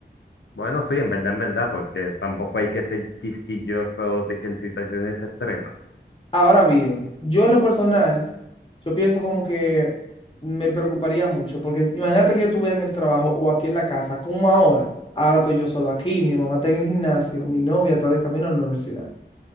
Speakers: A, on the left; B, on the left.
A: Bueno, sí, en verdad, en verdad, porque tampoco hay que ser quisquilloso de que en situaciones extremas.
B: Ahora bien, yo en lo personal, yo pienso como que me preocuparía mucho, porque imagínate que yo estuviera en el trabajo o aquí en la casa, como ahora. Ahora estoy yo solo aquí, mi mamá está en el gimnasio, mi novia está de camino a la universidad.